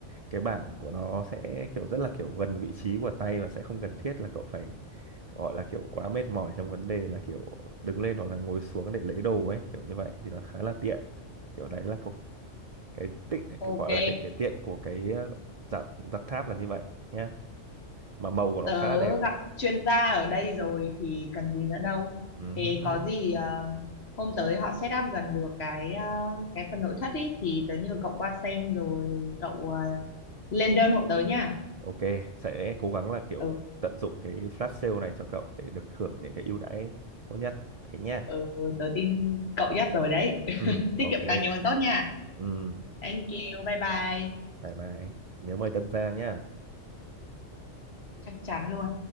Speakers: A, on the right; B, on the left.
A: cái bảng của nó sẽ kiểu rất là kiểu gần vị trí của tay và sẽ không cần thiết là cậu phải gọi là kiểu quá mệt mỏi trong vấn đề là kiểu đứng lên hoặc là ngồi xuống để lấy đồ ấy kiểu như vậy thì nó khá là tiện kiểu đấy là cái cái, tích- cái
B: ok.
A: gọi là cái cái tiện của cái ờ, giặt giặt tháp là như vậy nhá mà màu của
B: Tớ
A: nó khá là đẹp
B: gặp chuyên gia ở đây rồi thì cần gì nữa đâu.
A: Ừm,
B: Thế có gì ờ, hôm tới họ set up gần được cái ờ, cái phần nội thất ý thì tớ nhờ cậu qua xem rồi cậu ờ, lên đơn hộ tớ nha.
A: ok sẽ cố gắng là kiểu
B: Ừ,
A: tận dụng cái flash sale này cho cậu để được hưởng những cái ưu đãi tốt nhất thế nha
B: ừ, tớ tin cậu nhất rồi đấy. <laughs>
A: Ừm,
B: Tiết
A: ok
B: kiệm càng nhiều càng tốt nha.
A: Ừm,
B: Thank you, bye bye.
A: bye bye nhớ mời Tân Gia nhá
B: Chắc chắn luôn.